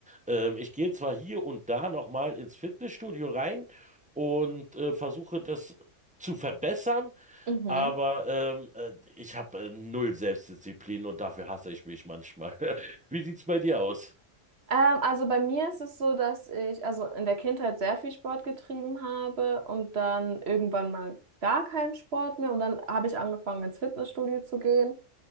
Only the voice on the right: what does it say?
Mhm.
Ähm, also bei mir ist es so, dass ich also in der Kindheit sehr viel Sport getrieben habe und dann irgendwann mal gar keinen Sport mehr und dann habe ich angefangen ins Fitnessstudio zu gehen.